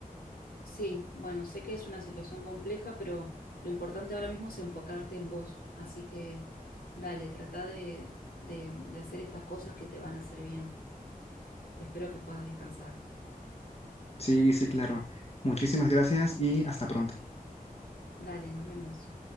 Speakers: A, on the left; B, on the left.
A: Sí, bueno, sé que es una situación compleja, pero lo importante ahora mismo es enfocarte en vos. Así que dale, trata de, de, de hacer estas cosas que te van a hacer bien. Espero que puedas descansar.
B: Sí, sí, claro. Muchísimas gracias y hasta pronto.
A: Dale, nos vemos.